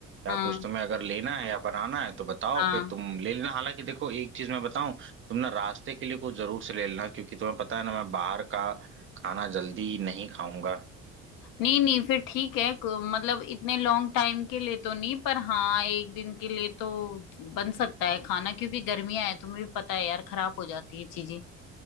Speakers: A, on the right; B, on the left.
A: या
B: हाँ
A: कुछ तुम्हें अगर लेना है या बनाना है तो बताओ
B: हाँ
A: फिर तुम ले लेना हालांकि देखो एक चीज मैं बताऊं तुम ना रास्ते के लिए कुछ जरूर से ले लेना क्योंकि तुम्हें पता है ना मैं बाहर का खाना जल्दी नहीं खाऊंगा
B: नहीं नहीं फिर ठीक है को- मतलब इतने लॉन्ग टाइम के लिए तो नहीं पर हाँ एक दिन के लिए तो बन सकता है खाना क्योंकि गर्मियां है तुम्हें भी पता है यार खराब हो जाती है चीजें